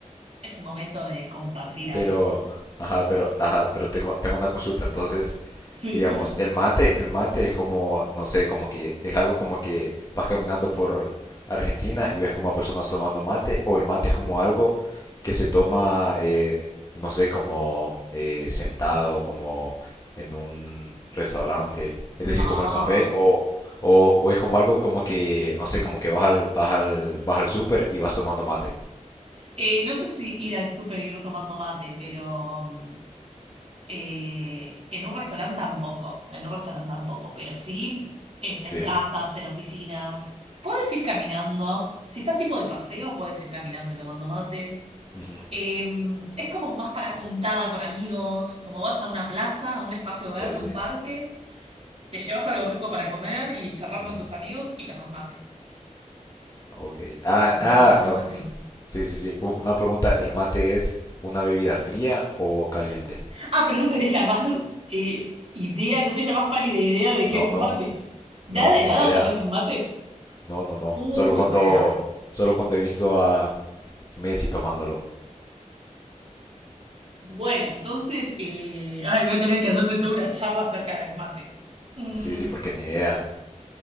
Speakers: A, on the right; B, on the left.
A: ese momento de compartir algo.
B: Pero, ajá, pero, ajá, pero tengo, tengo una consulta. Entonces,
A: Sí.
B: digamos,
A: <laughs>
B: el mate, el mate es como, no sé, como que es algo como que vas caminando por Argentina y ves como a personas tomando mate, o el mate es como algo que se toma, eh, no sé, como eh, sentado, como en un restaurante, es
A: No.
B: decir, como el café, o, o, o es como algo como que, no sé, como que vas al, vas al, vas al súper y vas tomando mate.
A: Eh, no sé si ir al súper y ir tomando mate, pero... Eh, en un restaurante tampoco, en un restaurante tampoco, pero sí es en
B: Sí,
A: casas, en oficinas. Puedes ir caminando, si estás tipo de paseo, puedes ir caminando y tomando mate.
B: ujú,
A: Eh, es como más para juntada con amigos, como vas a una plaza, a un espacio verde,
B: Sí, sí.
A: un parque, te llevas algo rico para comer y charlar
B: ujú,
A: con tus amigos y tomas mate.
B: Ok. Ah,
A: Algo,
B: ah,
A: algo
B: oh,
A: así.
B: Sí, sí, sí. U- Una pregunta, ¿el mate es una bebida fría o caliente?
A: Ah, pero no tenés la más eh, idea, no tenés la más pálida idea de qué
B: No,
A: es un
B: no,
A: mate. Nada
B: no,
A: de
B: ni
A: nada
B: idea.
A: sabes de un mate.
B: No, no, no.
A: Uy,
B: Solo cuando,
A: pará.
B: solo cuando he visto a Messi tomándolo.
A: Bueno, entonces, eh, ay, voy a tener que hacerte toda una charla acerca del mate. Mm,
B: Sí, sí, porque ni idea.